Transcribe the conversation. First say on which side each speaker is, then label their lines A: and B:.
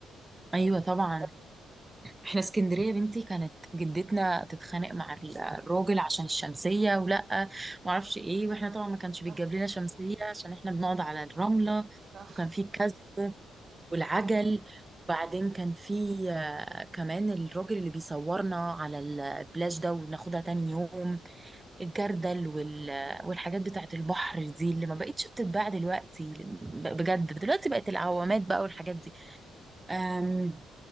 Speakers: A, on the right; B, on the right.
A: ايوه
B: آه،
A: طبعا احنا اسكندريه يا بنتي كانت جدتنا تتخانق مع ال- الراجل عشان الشمسيه ولا معرفش ايه واحنا طبعا ما كانش بيتجاب
B: صح
A: لنا شمسيه عشان احنا بنقعد على الرمله
B: صح
A: وكان في الكذب والعجل
B: آه.
A: وبعدين كان في آه، كمان الراجل اللي بيصورنا على البلاش ده وناخدها تاني يوم الجردل وال... والحاجات بتاعت البحر دي اللي ما بقتش بتتباع دلوقتي ب- بجد دلوقتي بقت العوامات بقى والحاجات دي أم...